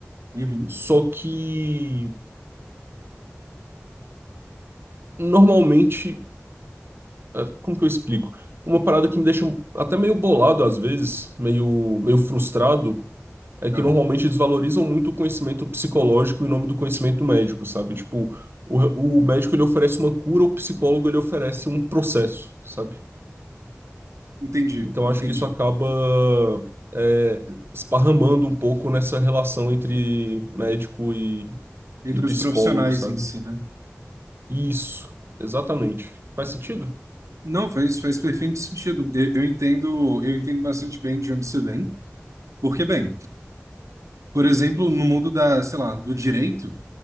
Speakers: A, on the right; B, on the right.
A: Uhum.
B: só que normalmente, eh, como que eu explico? Uma parada que me deixa até meio bolado às vezes, meio, meio frustrado, é que
A: Ah,
B: normalmente desvalorizam muito o conhecimento psicológico em nome do conhecimento médico, sabe? Tipo, o, o médico ele oferece uma cura, o psicólogo ele oferece um processo, sabe?
A: entendi,
B: Então
A: entendi.
B: acho que isso acaba é, esparramando um pouco nessa relação entre médico e,
A: Entre
B: e psicólogo,
A: os profissionais
B: sabe?
A: em si, né?
B: Isso, exatamente. Faz sentido?
A: Não, faz, faz perfeito sentido. Eu, eu entendo, eu entendo bastante bem de onde você vem, porque, bem, por exemplo, no mundo da, sei lá, do direito,